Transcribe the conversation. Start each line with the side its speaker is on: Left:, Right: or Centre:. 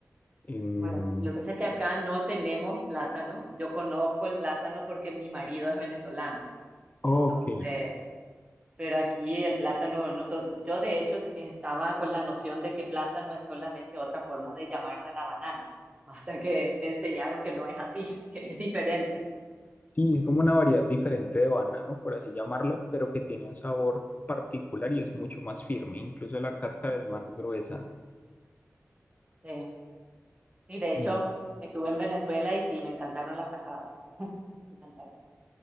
Left: En-
Right: Bueno, lo que pasa es que acá no tenemos plátano. Yo conozco el plátano porque mi marido es venezolano.
Left: ok,
Right: Entonces, pero aquí el plátano, noso- yo de hecho estaba con la noción de que plátano es solamente otra forma de llamarle a la banana, <laughs> hasta que me enseñaron que no es así, <laughs> que es diferente.
Left: sí, es como una variedad diferente de banano, por así llamarlo, pero que tiene un sabor particular y es mucho más firme, incluso la cáscara es más gruesa.
Right: Sí, Y de hecho,
Left: Mm,
Right: estuve en Venezuela y sí, me encantaron las tajadas. <laughs> Me encantaron.